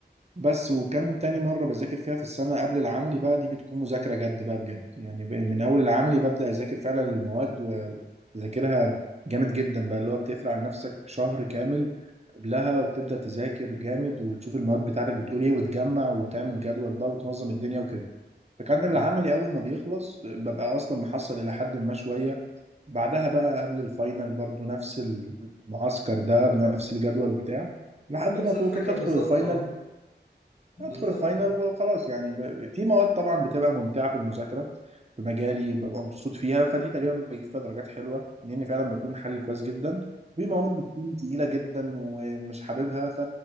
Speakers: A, on the right; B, on the left.
A: بس وكان تاني مرة بذاكر فيها في السنة قبل العملي بقى دي بتكون مذاكرة جد بقى بجد يعني ب- من أول العملي ببدأ أذاكر فعلا للمواد وبذاكرها جامد جدا بقى اللي هو بتقفل على نفسك شهر كامل قبلها وبتبدأ تذاكر جامد وتشوف المواد بتاعتك بتقول إيه وتجمع وتعمل جدول بقى وتنظم الدنيا وكده فكان العملي
B: آه.
A: أول ما بيخلص ببقى أصلا محصل إلى حد ما شوية بعدها بقى قبل الفاينل برضو نفس المعسكر ده بنفس الجدول وبتاع لحد
B: نفس
A: ما كو-
B: الفكرة
A: كنت ادخل
B: بالظبط
A: الفاينل
B: اه بالظبط
A: ادخل الفاينل وخلاص يعني ب... في مواد طبعا بتبقى ممتعه في المذاكره في مجالي ببقى مبسوط فيها فدي تقريبا بجيب فيها درجات حلوه لاني فعلا بكون حلل كويس جدا في مواد بتكون تقيله جدا ومش حاببها ف